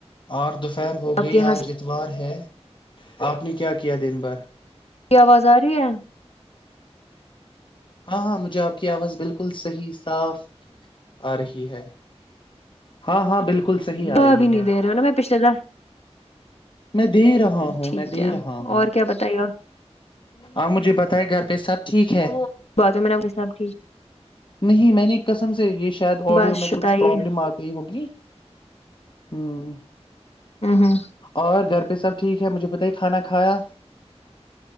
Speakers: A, on the left (about 45°); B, on the left (about 65°).
A: اور دوپہر ہو
B: آپ
A: گئی
B: کے یہاں
A: آج اتوار ہے آپ نے کیا کیا دن بار
B: کی آواز آ رہی ہے
A: ہاں ہاں مجھے آپ کی آواز بالکل صح صاف آ ہے ہاں ہاں بالکل صحیح آ
B: باہ
A: رہی
B: بھی نہیں
A: ہے
B: دے رہا ہوا میں پچھل دس
A: میں دے رہا ہوں
B: ٹھیک
A: میں دے
B: ہے
A: رہا ہوں
B: اور کیا بتائیے
A: آپ مجھے بتیں گھر پہ سب ٹھیک ہے
B: بہت ہے میں نام کے ساتب ٹھیک
A: نہیں میں نے ایک قسم سے یہ شاید آڈیو
B: بس
A: میں
B: بتائیے
A: کچھ پرابلم آ گئی ہوگی ہوں
B: ہوں
A: اور گھر پ سب ٹیک ہےجھے بتائی کانا کا کھایا